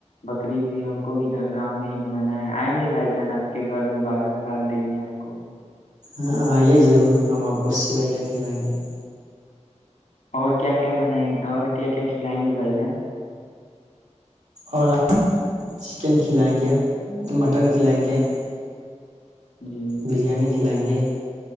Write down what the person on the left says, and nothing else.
بکرعید بھی ہم کو بھی گاؤں میں ہی منانا ہے آئیں گے بھائی جان آپ کے گھر مبارکباد دینے آپ کو
اور کیا کیا بنائیںے اور کیا کیا کھلائیں گے بھائی جان
جی